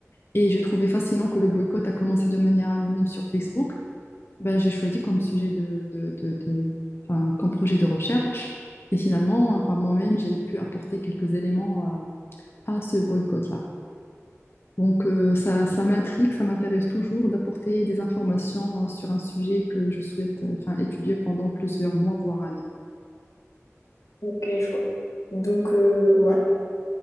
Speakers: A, on the left; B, on the left.
A: Et j'ai trouvé fascinant que le boycott a commencé de manière anonyme sur Facebook. Ben, j'ai choisi comme sujet de, de, de- de- enfin, comme projet de recherche. Et finalement, par moi-même, j'ai pu apporter quelques éléments à, à ce boycott-là. Donc, euh, ça, ça m'intrigue, ça m'intéresse toujours d'apporter des informations euh, sur un sujet que je souhaite, euh, enfin, étudier pendant plusieurs mois, voire années.
B: Ok, je vois. Donc euh, ouais.